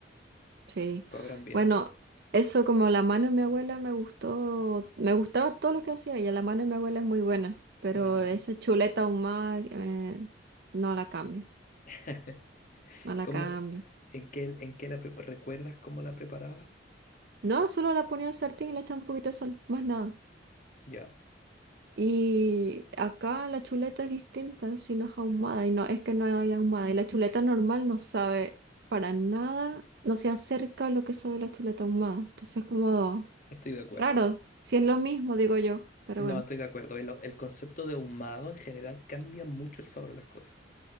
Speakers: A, on the right; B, on the left.
A: sí.
B: cobran bien.
A: Bueno, eso como la mano de mi abuela me gustó, me gustaba todo lo que hacía ella, la mano de mi abuela es muy buena, pero
B: Ujú.
A: esa chuleta ahumada eh, no la cambio,
B: <laughs>
A: no la
B: ¿Cómo,
A: cambio.
B: en qué, en qué la pre- recuerdas cómo la preparaba?
A: No, solo la ponía al sartén y le echaba un poquito de sal, más nada.
B: Ya,
A: Y acá la chuleta es distinta, si no es ahumada, y no, es que no hay ahumada. Y la chuleta normal no sabe para nada, no se acerca a lo que sabe la chuleta ahumada. Entonces es como
B: estoy de acuerdo.
A: Raro, si es lo mismo, digo yo, pero
B: No,
A: bueno.
B: estoy de acuerdo. El, el concepto de ahumado en general cambia mucho el sabor de las cosas.